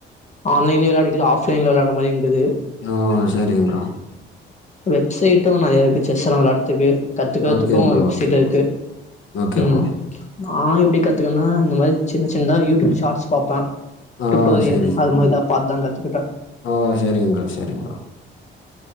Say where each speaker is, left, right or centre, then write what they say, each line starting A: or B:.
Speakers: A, on the left (about 35°); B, on the left (about 75°).
A: ஆன்லைன்லயு விளையாடிக்லா ஆஃப்லைன்ல விளையாட்ற மாரியுங்குது
B: ஓ சேரிங்க ப்ரோ
A: வெப்சைட்டு நறைய இருக்கு செஸ்ஸெல்லா வெளையாடத்துக்கு கத்துக்கறத்துக்கு
B: ஓகே ப்ரோ
A: வெப்சைட்
B: ஓகே
A: இருக்கு
B: ப்ரோ ஓகே
A: ம்
B: ப்ரோ
A: நா எப்டி கத்துக்கன்னா இந்த மாரி சின்ன சின்னதா யூட்யூப் ஷாட்ஸ் பாப்ப
B: ஓ
A: டுட்டோரியல்
B: சேரி சேரி
A: அதப்பத்தாங் கத்துக்குட்ட
B: ஓ செரிங் ப்ரோ செரிங் ப்ரோ